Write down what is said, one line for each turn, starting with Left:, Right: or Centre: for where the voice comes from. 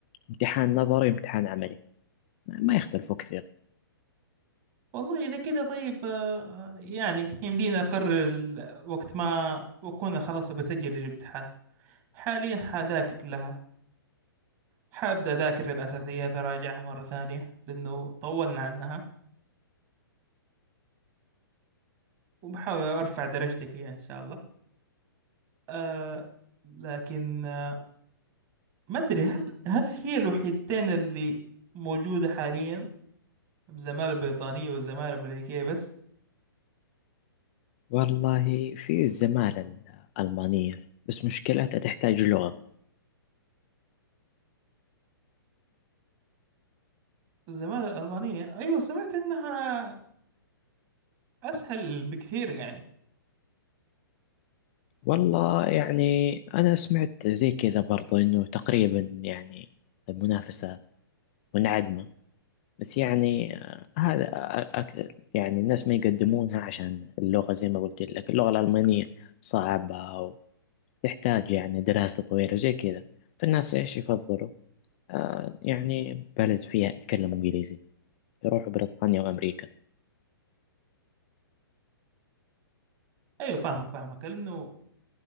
Left: امتحان نظري وامتحان عملي ما ما يختلفوا كثير
Right: والله إذا كذا طيب آه، يعني يمدينا أقرر ال- وقت ما أكون خلاص بسجل الامتحان حاليا حذاكر لها حابدأ أذاكر الأساسيات أراجعها مرة ثانية لأنه طولنا عنها وبحاول أرفع درجتي فيها إن شاء الله أه لكن آه، ما أدري هل هل هي الوحيدتين اللي موجودة حاليا الزمالة البريطانية والزمالة الأمريكية بس
Left: والله في الزمالة الألمانية بس مشكلتها تحتاج لغة
Right: الزمالة الألمانية أيوة سمعت إنها أسهل بكثير يعني
Left: والله يعني أنا سمعت زي كذا برضو إنه تقريبا يعني المنافسة منعدمة بس يعني آه، هذا أكثر يعني الناس ما يقدمونها عشان اللغة زي ما قلت لك اللغة الألمانية صعبة يحتاج يعني دراسة طويلة زي كذا فالناس إيش يفضلوا آه يعني بلد فيها يتكلموا إنجليزي يروحوا بريطانيا وأمريكا
Right: أيوة فاهمك فاهمك لأنه